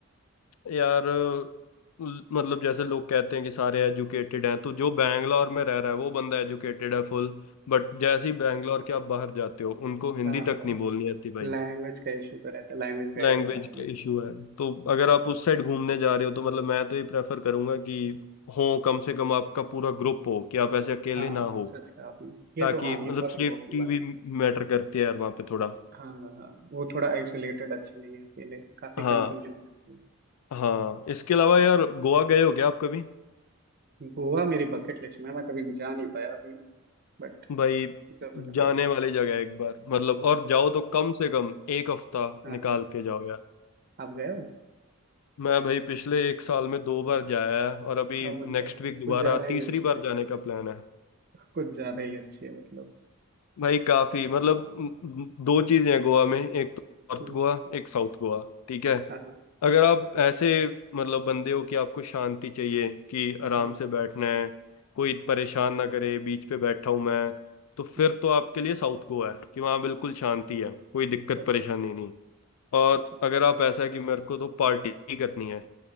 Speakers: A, on the left; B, on the right.
A: यार ल- मतलब जैसे लोग कहते हैं कि सारे एजुकेटेड हैं तो जो बैंगलोर में रह रहा है वो बंदा एजुकेटेड है फुल बट जैसे ही बैंगलोर के आप बाहर जाते हो उनको
B: <laughs>
A: हिंदी
B: हाँ हाँ
A: तक नहीं बोलनी आती भाई
B: लैंग्वेज का इशू तो रहता है लैंग्वेज बैरियर
A: लैंग्वेज
B: काफी
A: का
B: है
A: इशू है तो अगर आप उस साइड घूमने जा रहे हो तो मतलब मैं तो ये प्रेफर करूंगा कि हो कम से कम आपका पूरा ग्रुप हो कि आप ऐसे अकेले
B: हाँ
A: ना हो
B: सच कहा आपने
A: ताकि
B: ये तो हाँ
A: मतलब
B: ये बहुत
A: सेफ्टी
B: इंपॉर्टेंट बात
A: भी
B: है
A: मैटर करती है यार वहाँ पे थोड़ा
B: हाँ हाँ हाँ, वो थोड़ा आइसोलेटेड अच्छा नहीं है अकेले काफी
A: हाँ
B: कंफ्यूजन हो जाती है
A: हाँ इसके अलावा
B: हम्म,
A: यार गोवा गए हो क्या आप कभी
B: गोवा मेरी बकेट लिस्ट में है, मैं कभी जा नहीं पाया अभी बट
A: भाई
B: जरूर जाऊंगा
A: जाने वाली जगह है एक बार मतलब और जाओ तो कम से कम एक हफ्ता
B: हाँ
A: निकाल
B: हाँ
A: के जाओ यार
B: आप गए हो
A: मैं भाई पिछले एक साल में दो बार जाया है और अभी
B: और मतलब
A: नेक्स्ट वीक दोबारा
B: कुछ ज्यादा ही
A: तीसरी
B: अच्छी
A: बार
B: है
A: जाने का प्लान है
B: कुछ ज्यादा ही अच्छी है मतलब
A: भाई काफी मतलब म, म, दो चीजें हैं गोवा में एक तो नॉर्थ
B: हम्म,
A: गोवा एक साउथ गोवा ठीक है
B: हाँ हाँ
A: अगर आप ऐसे मतलब बंदे हो कि आपको शांति चाहिए कि आराम
B: हाँ हाँ,
A: से बैठना है कोई परेशान ना करे बीच पे बैठा हूं मैं तो फिर
B: हाँ,
A: तो आपके लिए साउथ गोवा है कि वहाँ बिल्कुल शांति है कोई दिक्कत
B: अच्छा
A: परेशानी नहीं और
B: अच्छा
A: अगर आप ऐसा है कि मेरे को तो पार्टी करनी है